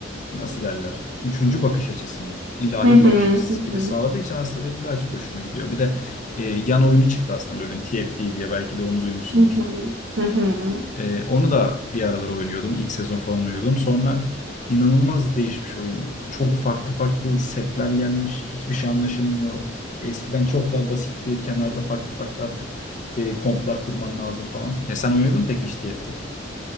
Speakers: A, on the left; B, on the right.
A: nasıl derler üçüncü bakış açısı mı ilahi
B: Hı hı,
A: bakış açısı
B: hı
A: gibi
B: hı,
A: sağladığı için aslında benim daha çok hoşuma gidiyor. Bir de e, yan oyunu çıktı aslında LoL'ün TFT diye belki de onu duymuşsundur.
B: hı hı, hı hı.
A: Ee, onu da bir aralar oynuyordum. İlk sezon falan oynuyordum. Sonra inanılmaz değişmiş oyun. Çok farklı farklı setler gelmiş. Hiçbir şey anlaşılmıyor. Eskiden çok daha basitti. Kenarda farklı farklı artık e, komplar kurman lazım falan. E sen oynuyordun mu peki işte hepti.